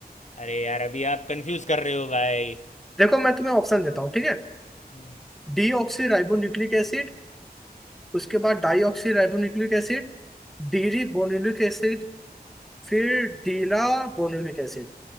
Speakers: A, on the left; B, in the centre.
A: अरे यार अभी आप कंफ्यूज कर रहे हो भाई
B: देखो मैं तुम्हें ऑप्शन देता हूँ ठीक है
A: हम्म,
B: Deoxyribonucleic acid उसके बाद डाईऑक्सी राइबोन्यूक्लिक एसिड डीरी बोनुलिक एसिड फिर डीला बोनुलिक एसिड